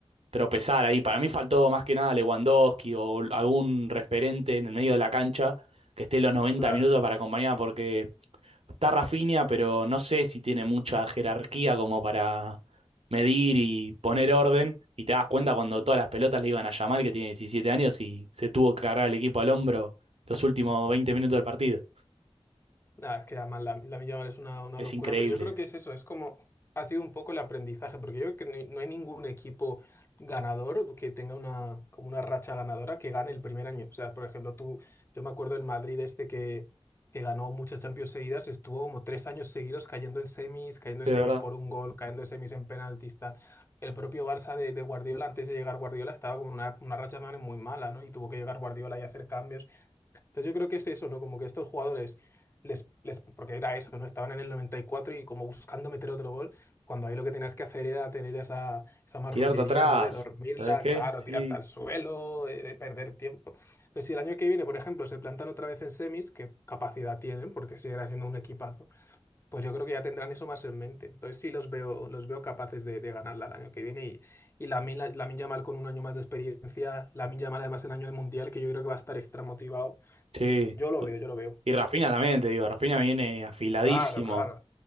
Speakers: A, on the right; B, on the left.
A: tropezar ahí. Para mí faltó más que nada Lewandowski o algún referente en el medio de la cancha que esté los 90
B: claro.
A: minutos para acompañar, porque está Rafinha, pero no sé si tiene mucha jerarquía como para medir y poner orden. Y te das cuenta cuando todas las pelotas le iban a llamar que tiene 17 años y se tuvo que cargar el equipo al hombro los últimos 20 minutos del partido.
B: Nada, es que además la, la Milla Mal es una, una
A: Es
B: locura,
A: increíble,
B: pero yo creo que es eso, es como ha sido un poco el aprendizaje, porque yo creo que no hay, no hay ningún equipo ganador que tenga una, como una racha ganadora que gane el primer año. O sea, por ejemplo, tú, yo me acuerdo del Madrid este que, que ganó muchas Champions seguidas, estuvo como tres años seguidos cayendo en semis, cayendo
A: de
B: en semis
A: verdad.
B: por un gol, cayendo en semis en penaltis, tal. El propio Barça de, de Guardiola, antes de llegar Guardiola, estaba como una, una racha también muy mala, ¿no? Y tuvo que llegar Guardiola y hacer cambios. Entonces yo creo que es eso, ¿no? Como que estos jugadores, les, les, porque era eso, ¿no? Estaban en el noventa y cuatro y como buscando meter otro gol, cuando ahí lo que tenías que hacer era tener esa, esa marrullería,
A: Tirarte atrás,
B: ¿no? De dormirla,
A: ¿sabes qué?
B: claro, tirarte
A: Sí.
B: al suelo, eh, de perder tiempo. Entonces si el año que viene, por ejemplo, se plantan otra vez en semis, que capacidad tienen, porque seguirá siendo un equipazo, pues yo creo que ya tendrán eso más en mente. Entonces sí los veo, los veo capaces de, de ganarla el año que viene y, y Lamine, Lamine Yamal con un año más de experiencia, Lamine Yamal además en año de mundial, que yo creo que va a estar extra motivado
A: Sí.
B: yo lo veo, yo lo veo.
A: Y Rafinha también, te digo, Rafinha viene afiladísimo.
B: Claro, claro.